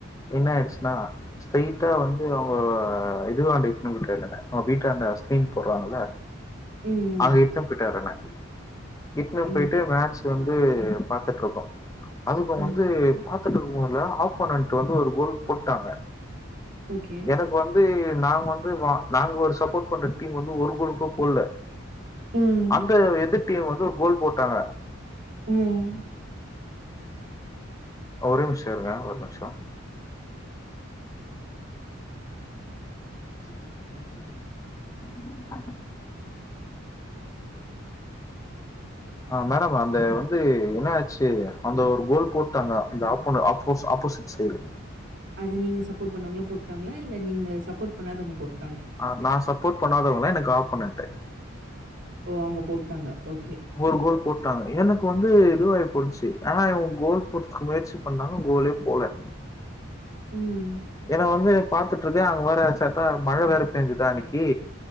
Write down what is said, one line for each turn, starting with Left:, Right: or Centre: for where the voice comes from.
Left: என்ன ஆயிச்சுன்னா ஸ்ட்ரைட்டா வந்து அவுங்க இதுவாண்ட இட்னு போய்ட்டாங்க வீட்டான்ட ஸ்கிரீன் போடுறாங்கள
Right: ம்,
Left: அங்க இட்டுன்னு போயிட்டு வரேன இட்டுன்ன
Right: ம்,
Left: போயிட்டு மேட்ச் வந்து பாத்துட்டுருக்கோ அது இப்ப
Right: ம்.
Left: வந்து பாத்துட்டு இருக்கும் போதுல ஆப்போனன்ட் வந்து ஒரு கோல் போட்டாங்க
Right: ஓகே.
Left: எனக்கு வந் து நா வந்து நாங்க ஒரு சப்போர்ட் பண்ற டீம் வந்து ஒரு குரூப்புகுள்ள
Right: ம்,
Left: அந்த எதிர் டீம் வந்து ஒரு கோல் போட்டாங்க
Right: ம்
Left: ஒரே நிம்ஷ இருங்க ஒரு நிம்ஷோ <unintelligible> ஆ மேடம் அந்த வந்து என்ன ஆச்சு அந்த ஒரு கோல் போட்டாங்க அந்த ஆப்போன் ஆப்போ ஆப்போசிட் சேரி
Right: அது நீங்க சப்போர்ட் பண்ணவங்களே போட்டாங்களா இல்ல நீங்க சப்போர்ட் பண்ணாதவங்க போட்
Left: ஆ நா சப்போர்ட் பண்ணாதவங்கதா எனக்கு அப்போனென்ட்டு
Right: ஓ அவுங்க போட்டாங்க ஓகே
Left: ஒரு கோல் போட்டாங்க எனக்கு வந்து இதுவாயி போய்டுச்சு ஆனா இவுங்க கோல் போட்டதுக்கு முயற்சி பன்றாங்க கோலே போல
Right: ம்
Left: ஏன்னா வந்து பாத்துட்ருக்கே அங்க வேற சட்டா மழ வேற பெயஞ்சுதா அன்னைக்கு